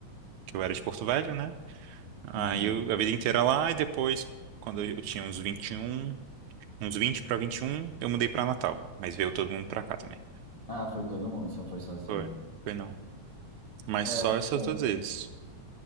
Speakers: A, on the right (about 80°); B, on the left (about 70°).
A: que eu era de Porto Velho, né? Aí
B: Uhum.
A: eu, a vida inteira lá, e depois, quando eu tinha uns vinte e um uns 20 pra um eu mudei pra Natal. Mas veio todo mundo pra cá também.
B: Ah, foi todo mundo, você não foi sozinho.
A: Foi, foi não. Mas
B: É,
A: só
B: pois
A: essas duas
B: é.
A: vezes.